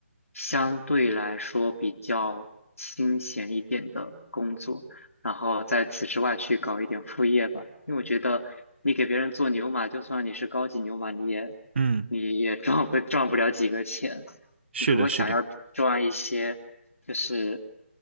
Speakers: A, on the left (about 80°); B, on the right (about 55°).
A: 相对来说比较清闲一点的工作。然后在此之外去搞一点副业吧。因为我觉得你给别人做牛马，就算你是高级牛马，你也
B: 嗯，
A: 你也赚不赚不了几个钱。
B: 是的，
A: 你如果想要赚一些就是
B: 是的。